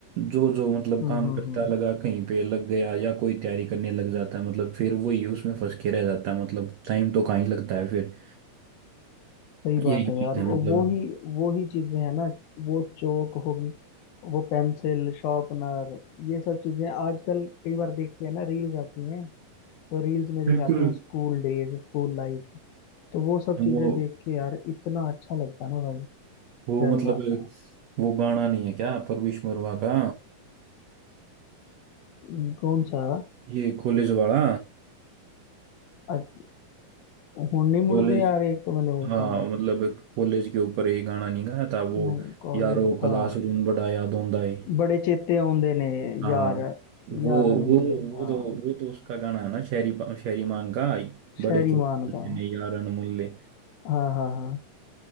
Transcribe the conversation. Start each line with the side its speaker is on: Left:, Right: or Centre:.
Right: जो जो मतलब
Left: हम्म
Right: काम
Left: हम्म
Right: करता
Left: हम्म,
Right: लगा कहीं पे लग गया या कोई तैयारी करने लग जाता है मतलब फिर वही उसमें फंस के रह जाता है मतलब टाइम तो कहाँ ही लगता है फिर
Left: सही बात
Right: यही
Left: है यार
Right: बात है
Left: वो
Right: मतलब
Left: वो ही वो ही चीजें हैं ना वो चौक होगी वो पेंसिल शार्पनर ये सब चीजें आजकल कई बार देखते हैं ना रील्स आती हैं तो रील्स में
Right: बिल्कुल
Left: दिखाते हैं स्कूल डेज स्कूल लाइफ तो वो सब
Right: वो
Left: चीजें देख के यार इतना अच्छा लगता है ना भाई क्या
Right: वो मतलब
Left: ही बात है
Right: वो गाना नहीं है क्या परवेश मरवा का
Left: हम्म, कौन सा
Right: ये कॉलेज वाला
Left: अ- हुन्नी मुड़दे
Right: कॉलेज
Left: यार एक तो मैंने वो
Right: हाँ
Left: सुना
Right: मतलब कॉलेज के ऊपर ये गाना नहीं गाया था वो
Left: नहीं कॉलेज
Right: यारो क्लासरूम
Left: था
Right: बड़ा याद आंदा है
Left: बड़े चेते औंदे ने
Right: हाँ
Left: यार
Right: वो
Left: यार अनमुल्ले
Right: वो वो
Left: हाँ
Right: तो वो तो उसका गाना है ना शहरी शहरी मान का
Left: शहरीमान
Right: बड़े चोट
Left: का
Right: ने यार अनमोल्य
Left: हाँ हाँ हाँ